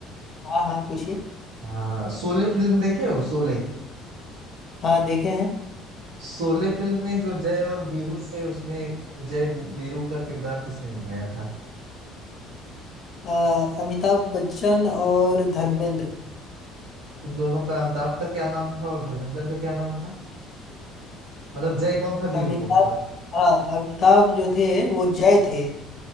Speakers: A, on the left; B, on the right.
A: हाँ हाँ पूछिए
B: अ, शोले फिल्म देखे हो शोले
A: हाँ देखे हैं
B: शोले फिल्म में जो जय और वीरू थे उसमें जय वीरू का किरदार किसने निभाया था
A: अ, अमिताभ बच्चन और धर्मेंद्र
B: इन दोनों का अमिताभ का क्या नाम था और धर्मेंद्र का क्या नाम था मतलब जय कौन था
A: अमिताभ
B: वीरू कौन था
A: हाँ अमिताभ जो थे वो जय थे